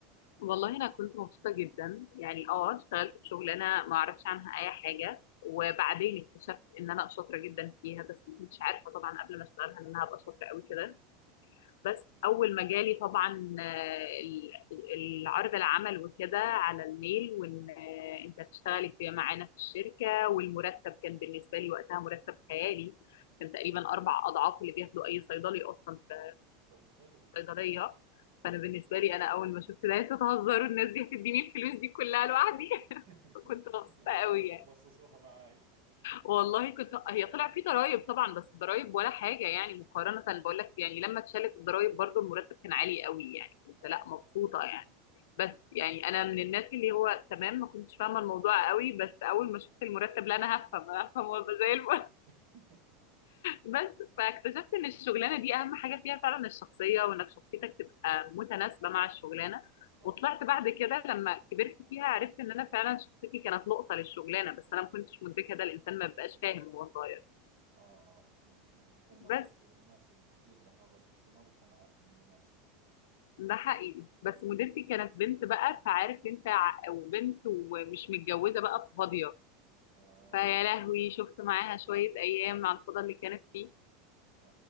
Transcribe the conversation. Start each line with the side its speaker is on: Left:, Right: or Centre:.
Left: والله انا كنت مبسوطة جدا يعني اه اشتغلت في شغلانة ما اعرفش عنها اي حاجة وبعدين اكتشفت ان انا شاطرة جدا فيها بس ما كنتش عارفة طبعا قبل ما اشتغلها ان انا هبقى شاطرة قوي كده بس
Right: حلو
Left: اول ما جالي طبعا آه، ال- ال- العرض العمل وكده على الميل وان آه، انت هتشتغلي في معانا في الشركه والمرتب كان بالنسبه لي وقتها مرتب خيالي كان تقريبا اربع اضعاف اللي بياخده اي صيدلي اصلا في
Right: طب حلو
Left: الصيدليه فانا بالنسبه لي انا اول ما شفت ده انتوا تهزروا الناس دي هتديني الفلوس دي كلها لوحدي <laughs>
Right: <laughs>
Left: فكنت مبسوطه
Right: ولا
Left: قوي
Right: راح
Left: يعني
Right: تنصصوها معاي
Left: والله كنت هي طلع في ضرايب طبعا بس الضرايب ولا حاجه يعني مقارنه بقول لك يعني لما اتشالت الضرايب برضو المرتب كان عالي قوي يعني كنت
Right: اه
Left: لا مبسوطه
Right: اه
Left: يعني بس يعني انا من الناس اللي هو تمام ما كنتش فاهمه الموضوع قوي بس اول ما شفت المرتب لا انا هفهم انا هفهم وابقى زي الفل <laughs>
Right: <laughs>
Left: بس فاكتشفت ان الشغلانه دي اهم حاجه فيها فعلا الشخصيه وانك شخصيتك تبقى متناسبه مع الشغلانه
Right: صح
Left: وطلعت بعد كده لما كبرت فيها عرفت ان انا فعلا شخصيتي كانت لقطه للشغلانه بس انا ما كنتش مدركه ده الانسان ما بيبقاش فاهم وهو صغير
Right: آه آه أكيد يعني بكون مرات
Left: بس
Right: هو مناسب كثير لهذا الإشي وما بكون عارف إنه مناسب
Left: ده حقيقي بس مديرتي كانت بنت بقى فعارف انت ع- وبنت ومش متجوزه بقى فاضيه
Right: آه
Left: فيا لهوي شفت معاها شويه ايام على الفضا اللي كانت فيه
Right: آه